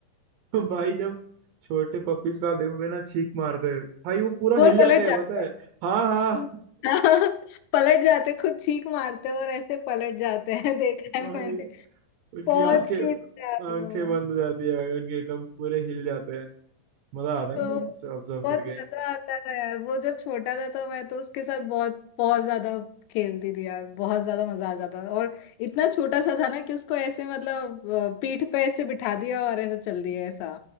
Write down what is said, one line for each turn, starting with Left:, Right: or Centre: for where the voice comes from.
Right: <laughs> भाई जब छोटे पपीज को आप देखोगे ना छींक मारते हुए भाई वो पूरा हिल
Left: वो
Right: जाते
Left: पलट
Right: हैं
Left: जाता
Right: पता है हाँ हाँ
Left: है <laughs> पलट जाते खुद चीख मारते और ऐसे पलट जाते हैं <laughs> देखा है
Right: भाई उनकी
Left: बहुत
Right: आंखें
Left: क्यूट था
Right: आंखें
Left: वो
Right: बंद हो जाती है भाई उनके एकदम पूरे हिल जाते हैं मजा आता है
Left: तो
Right: भाई उसे ऑब्जर्व
Left: बहुत
Right: करके
Left: मजा आता था यार वो जब छोटा था तो मैं तो उसके साथ बहुत बहुत ज्यादा खेलती थी यार बहुत ज्यादा मजा आ जाता था और इतना छोटा सा था ना कि उसको ऐसे मतलब अ, पीठ पे ऐसे बिठा दिया और ऐसे चल दिया ऐसा